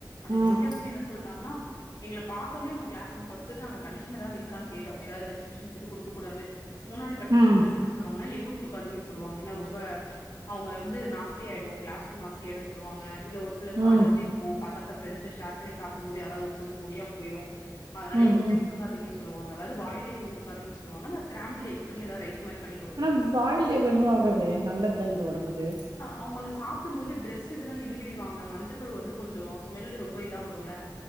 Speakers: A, on the left; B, on the right.
A: ஆனா
B: ம்
A: இங்க வந்து என்ன சொல்லிட்டாங்கன்னா எங்கள பார்த்தவுடனே அவங்க கிளாஸ் ஃபர்ஸ்ட் தான் கண்டிஷன் ஏதாவது இருக்கான்னு கேட்டோம் ஏதாவது ரெசி இது குடுக்கக்க கூடாது முன்னாடி படிச்ச
B: ம்
A: ஸ்கூல்ல என்ன சொல்லுவாங்கன்னா எஃக்கு குடுக்காதீங்கன்னு சொல்லுவாங்கன்னா ரொம்ப அவங்க வந்து நாஸ்தி ஆயிடும் கிளாஸ் ரூம் நாஸ்தி ஆயிடும் சொல்லுவாங்க இல்ல ஒரு சிலருக்கு
B: ம்
A: அலர்ஜி இருக்கும் பக்கதுல பிரண்ட்ஸ் ஷேர் சாப்பிடும்போது யாராவது ஒரு சில முடியாம போயிரும். அதனால
B: ம்
A: எக்குமே
B: ம்
A: குடுக்காதிங்னு சொல்லுவாங்க அதாவது பாயில்டு எக் கொடுக்காதங்கன்ன சொல்லுவாங்க ஸ்கராம்பிடு எக் பண்ணி ஏத ரைஸ் மாறி பண்ணி குடுக்குறது.
B: ஆனா பாயில்டு எஃகு ஒன்னு ஆகாதே நல்லது தான அது உடம்புக்கு
A: அவங்க அதா சாப்பிடும் போது ட்ரெஸ் இதெல்லாம் இழுவிடுவாங்க மஞ்சக்கரு வந்து கொஞ்சம் ஸ்மெல் ரொம்ப இதா வரும்ல